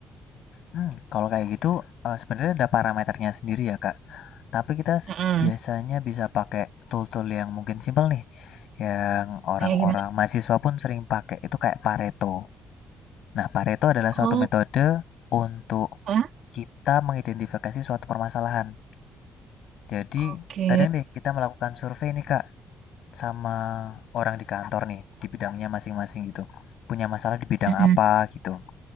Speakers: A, on the left (about 75°); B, on the right (about 65°).
A: hmm, kalau kayak gitu eh, sebenarnya ada parameternya sendiri ya Kak. Tapi kita s-
B: Heeh.
A: biasanya bisa pakai tool-tool yang mungkin simpel nih, yang orang-orang
B: Kayak gimana?
A: mahasiswa pun sering pakai. Itu kayak Pareto. Nah, Pareto adalah suatu
B: Oh,
A: metode untuk
B: hah?
A: kita mengidentifikasi suatu permasalahan. Jadi,
B: Oke.
A: kadang deh kita melakukan survei nih Kak sama orang di kantor nih di bidangnya masing-masing gitu. Punya masalah di bidang
B: Heeh.
A: apa gitu.